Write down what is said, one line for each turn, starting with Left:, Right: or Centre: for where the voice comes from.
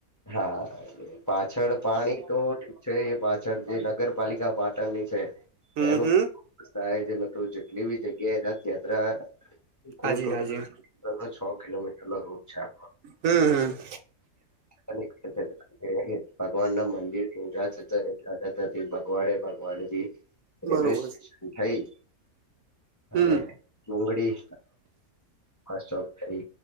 Left: હા પાછળ પાણી તો ઠીક છે એ પાછળ જે નગરપાલિકા પાટણની છે
Right: હમ
Left: એનું
Right: હમ
Left: ાય જે લ જેટલી બી જગ્યાએ રથયાત્રા ખુલ
Right: હાજી
Left: ટોટલ
Right: હાજી
Left: બો છ કિલોમીટર નો રૂટ છે આપ
Right: હમ્મ.
Left: <unintelligible> ભગવાન ના મંદિર રજાતા રહેલાતા ભગવાડે ભગવાડ થી રેલવે
Right: બરોબર
Left: સ્ટેશન થઈ અને
Right: હમ
Left: ડુંગળી <unintelligible> થઈ